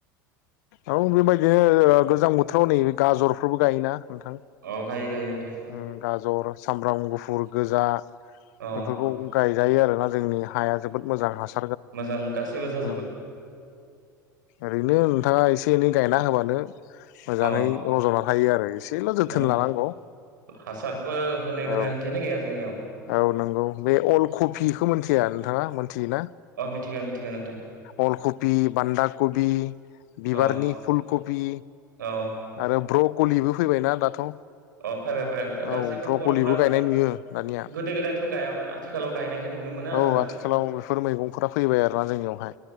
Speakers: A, on the left (about 55°); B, on the right (about 70°).
A: औ बेबायदिनो गोजां बोथोराव नै गाजरफोरबो गायोना नोंथां
B: अ गायो गायो नोंथां
A: ओम गाजर सामब्राम गुफुर गोजा
B: अ
A: बेफोरखौ गायजायो आरोना जोंनि हाया जोबोद मोजां हास
B: मोजां गासिबो <inaudible>
A: औ ओरैनो नोंथाङा एसे एनै गायना होबानो मोजाङै
B: औ
A: रज'ना थायो आरो एसेल' जोथोन
B: औ
A: लानांगौ
B: हासारबो होनो गोनांथियानो
A: औ
B: गैया जोंनियाव
A: औ नंगौ बे अल कबि खौ मिथिया नोंथाङा मिथियोना
B: अ मिथिगौ मिथिगौ नोंथां
A: अल कबि बान्दा कबि <unintelligible> बिबारनि
B: औ
A: फुलकपि
B: औ
A: आरो ब्रकलिबो फैबायना दाथ'
B: अ फै फै फै
A: औ
B: गासैखौबो
A: ब्रकलिबो
B: बरफ्रा
A: गायनाय नुयो दानिया
B: गोदो गोदायथ गायामोन आथिखालाव गायनायखाय नुनो मोनो आरो
A: औ
B: जों अ
A: आथिखालाव बेफोर मैगंफोरा फैबाय आरोना जोंनियावहाय